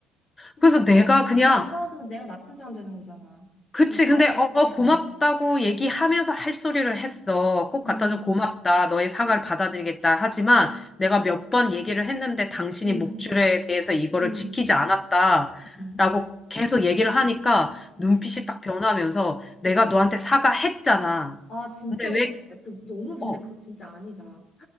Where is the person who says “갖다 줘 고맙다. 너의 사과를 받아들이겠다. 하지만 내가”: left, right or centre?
Left